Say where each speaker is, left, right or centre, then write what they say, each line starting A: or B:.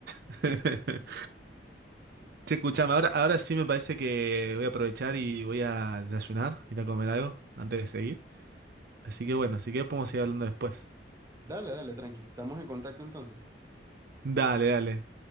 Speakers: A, on the right (about 60°); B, on the right (about 20°).
A: <laughs> Che, escuchame, ahora, ahora sí me parece que voy a aprovechar y voy a desayunar, ir a comer algo antes de seguir. Así que bueno, si querés podemos seguir hablando después.
B: Dale, dale, tranqui. Estamos en contacto entonces.
A: Dale, dale.